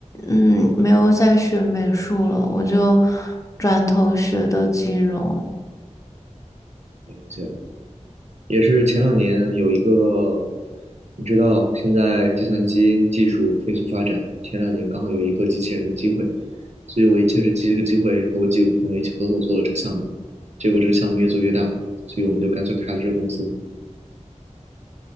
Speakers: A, on the left; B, on the right.
A: 嗯没有再学美术了，我就转头学的金融。
B: 了解了。也是前两年有一个，你知道，现在计算机技术飞速发展，前两年刚好有一个机器人的机会，所以我也借着这个机会和我几个朋友一起合伙做了这个项目，结果这个项目越做越大，所以我们就干脆开了这个公司，